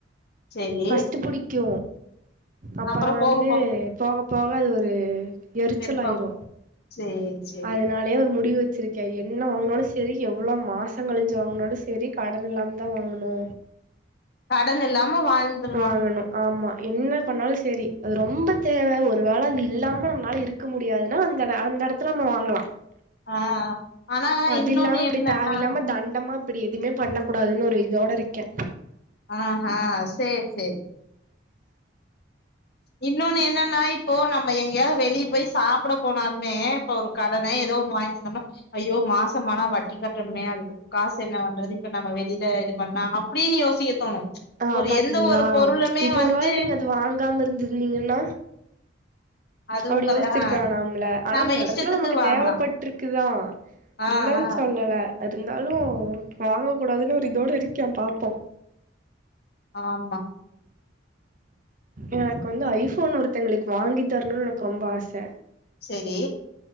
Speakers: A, on the left; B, on the right.
A: சேரி
B: ஃபஸ்ட் புடிக்கு அப்பற
A: அப்புற
B: வந்து
A: போக
B: போக போக அது ஒரு எரிச்சலாயிரு
A: வெறுப்பா போ <inaudible> சேரி சேரி
B: அதனாலயே ஒரு முடிவு வச்சிருக்கே என்ன வாங்னாலு சரி எவ்ளோ மாச கழிஞ்சு வாங்னாலு சரி கடன் இல்லாம தா வாங்கணு
A: கடன் இல்லாம வாழ்ந்துரணு
B: வாங்கணும் ஆமா என்ன பண்ணாலு சேரி அது ரொம்ப தேவ ஒரு வேள அது இல்லாம நம்னால இரு க்க முடியாதுனா அந்த அந்த எடத்துல நம்ம வாங்கலா
A: ஆ ஆனா
B: அது
A: இன்னொன்னு
B: இல்லாம இப்டி
A: என்னன்னா
B: தேவ இல்லாம தண்டமா இப்படி எதுமே பண்ணக்கூடாதுனு ஒரு இதோட இருக்கே
A: ஆ ஹா சேர் செரி இன்னொன்னு என்னன்னா இப்போ நம்ம எங்கேயாவது வெளிய போய் சாப்ட போனாலுமே இப்ப ஒரு கடனே ஏதோ ஒண்ணு வாங்கிருந்தம்னா ஐயோ மாசமானா வட்டி கட்டணுமே அதுக்கு காசு என்ன பண்றது இப்ப நம்ம வெளில இது பண்ணா அப்டின் யோசிக்க தோணு
B: ஆ
A: ஒரு
B: பாத்தீங்ளா
A: எந்த ஒரு பொருளுமே
B: இப்போ
A: வந்து
B: ஒரு வேள் நீங்க அது வாங்காம இருந்திருந்தீங்கன்னா
A: அதுவு
B: அப்டி
A: கெடை
B: யோசிச்சிருக்க
A: ஆ
B: வேணாமில ஆனா
A: நாம
B: அந்த
A: இஷ்டத்துக்கு
B: எடத்துல நமக்கு
A: வாங்கலா
B: தேவைப்பட்ருக்குதா
A: ஆ
B: இல்லன்
A: ஆ
B: சொல்லல இருந்தாலு வாங்க கூடாதுனு ஒரு இதோட இருக்கே பாப்போ
A: ஆம்மா
B: எனக்கு வந்து ஐஃபோன் ஒருத்தங்களுக்கு வாங்கி தரணுன்னு எனக்கு ரொம்ப ஆச
A: செரி